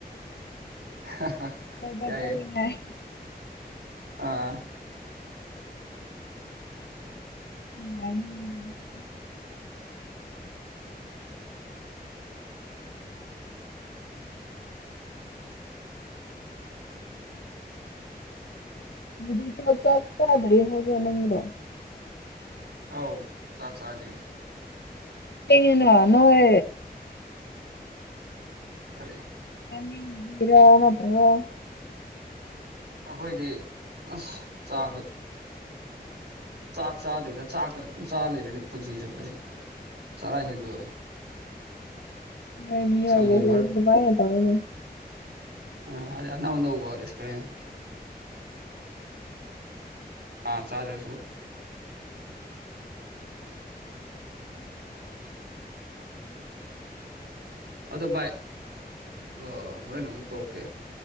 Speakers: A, on the right; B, on the left.
A: <inaudible>
B: ꯀꫭꯏꯕ
A: ꯌꯥꯏꯌꯦ
B: ꯆꯠꯅꯤꯡꯉꯥꯏ
A: ꯑ
B: ꯅꯨꯡꯉꯥꯏꯅꯤ
A: <inaudible>
B: ꯍꯧꯗꯤ ꯆꯣ ꯆꯥꯁ ꯀꯥꯗꯔꯤ ꯍꯥꯏꯒ ꯅꯪꯗꯣ
A: ꯑꯧ ꯆꯥꯛ ꯆꯗ꯭ꯔꯤ
B: ꯀꯩꯒꯤꯅꫭ ꯅꯣꯏ
A: ꯀꯔꯤ
B: ꯆꯥꯅꯤꯡꯗꯕꯒꯤꯔꯥ ꯅꯠꯇ꯭ꯔꯒ
A: ꯑꯩꯈꯣꯏꯗꯤ ꯑꯁ ꯆꯥꯛꯁꯦ ꯆꯥꯛ ꯆꯥꯗ꯭ꯔꯤꯗ ꯆꯥꯛꯇ ꯑꯗꯨꯝ ꯆꯥ ꯂꯩꯔꯗꯤ ꯄꯨꯟꯁꯤ ꯆꯨꯞꯄꯁꯦ ꯆꯔꯥ ꯍꯦꯟꯗꯣꯛꯑꯦ
B: ꯑꯗꯨꯃꯥꯏꯅ
A: ꯁꯪꯒꯣꯝ
B: ꯇꯧꯒꯅꯨ
A: ꯑ ꯑꯗꯨ ꯑꯅꯧ ꯑꯅꯧꯕ ꯑꯦꯛꯁꯄꯔꯤꯌꯦꯟꯁ ꯍꯥꯥ ꯆꯥꯗ꯭ꯔꯁꯨ ꯑꯗꫭ ꯚꯥꯏ ꯒ ꯍꯣꯔꯦꯟ ꯑꯃꯨꯛ ꯇꯧꯔꯛꯀꯦ